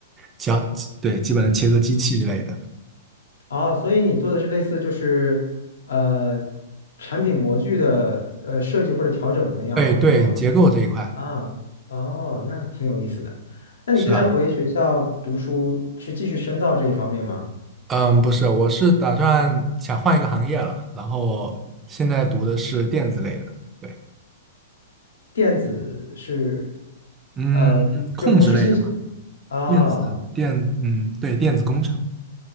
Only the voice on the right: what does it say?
切，对，基本的切割机器之类的。
对对，结构这一块
是啊，
嗯，不是，我是打算想换一个行业了，然后现在读的是电子类的，对，
嗯，
控制类的吧。
电子电，嗯，对，电子工程。